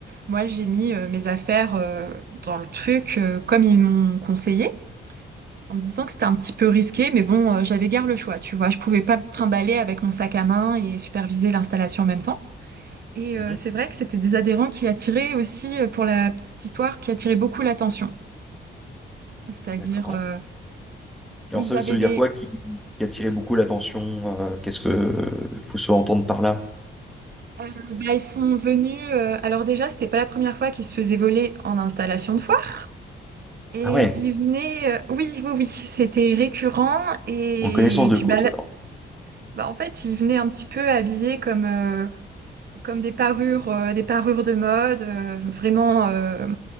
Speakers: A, on the right (about 55°); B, in the centre.
A: moi, j'ai mis euh, mes affaires euh, dans le truc euh, comme ils m'ont conseillé. en me disant que c'était un petit peu risqué, mais bon, euh, j'avais guère le choix, tu vois. Je pouvais pas me trimballer avec mon sac à main et superviser l'installation en même temps. Et
B: mhm,
A: euh, c'est vrai que c'était des adhérents qui attiraient aussi, euh, pour la petite histoire, qui attiraient beaucoup l'attention. C'est-à-dire,
B: D'accord.
A: euh,
B: Alors,
A: ils
B: ça,
A: avaient
B: ça veut
A: des...
B: dire quoi qui, qui a attiré beaucoup l'attention? euh, qu'est-ce que il faut se entendre par là?
A: euh, bah, ils sont venus... euh, alors déjà, c'était pas la première fois qu'ils se faisaient voler en installation de foire. Et
B: Ah ouais,
A: ils venaient... euh, oui, oui, oui, c'était récurrent. Et,
B: en connaissance de
A: puis,
B: cause,
A: bah, là-
B: alors.
A: bah, en fait, ils venaient un petit peu habillés comme... euh, comme des parures, euh, des parures de mode, euh, vraiment euh,